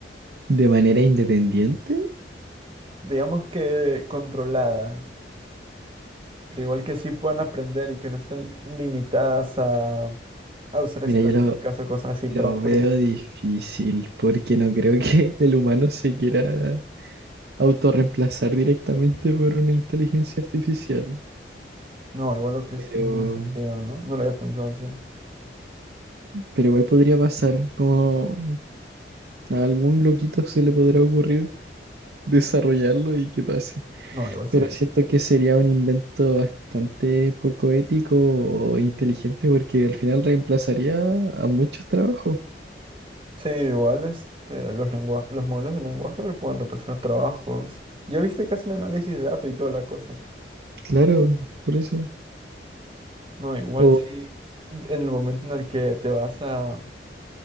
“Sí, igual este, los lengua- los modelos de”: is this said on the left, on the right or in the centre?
Right